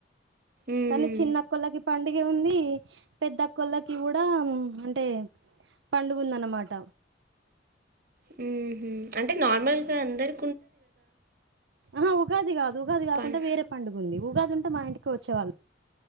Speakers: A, on the right; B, on the right.
A: ఉమ్
B: కానీ చిన్నకోల్లకి పండి ఏం ఉంది పెద్దకోల్లకి కూడా అంటే పండుగుందన్న మాట.
A: హ్మ్మ్ అంటే నార్మల్గా అందరు
B: ఆ ఉగాది కాదు ఉగాది కాకుండా
A: పన్
B: వేరే పండుగ ఉంది ఊగాది ఉంటే మా ఇంటికి వచ్చేవాళ్ళు